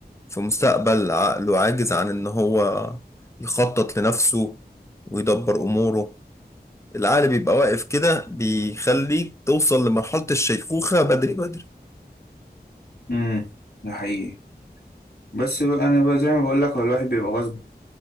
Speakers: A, on the left; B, on the left.
A: في مستقبل عقله عاجز عن إن هو يخطط لنفسه ويدبر أموره العقل بيبقى واقف كده بيخليك توصل لمرحلة الشيخوخة بدري بدري
B: امم ده حقيقي بس بقى انا بقى زي ما بقول لك هو الواحد بيبقى غصب